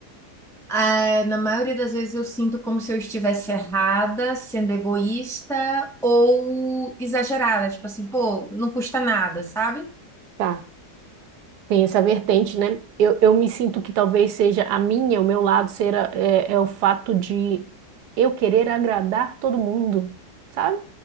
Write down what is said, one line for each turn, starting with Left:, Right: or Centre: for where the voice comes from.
Centre: ah, na maioria das vezes eu sinto como se eu estivesse errada, sendo egoísta ou exagerada. Tipo assim, pô, não custa nada, sabe?
Right: tá. Tem essa vertente, né? Eu, eu me sinto que talvez seja a minha, o meu lado, será, é, é o fato de eu querer agradar todo mundo, sabe?